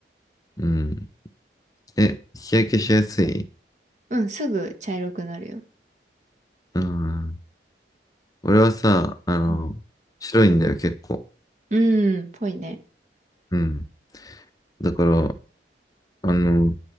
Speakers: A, on the left; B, on the right.
A: うん。え、日焼けしやすい
B: うん、すぐ茶色くなるよ。
A: うん。俺はさ、あの、
B: うん。
A: 白いんだよ、結構。
B: うん、ぽいね。
A: うん。だから、あの、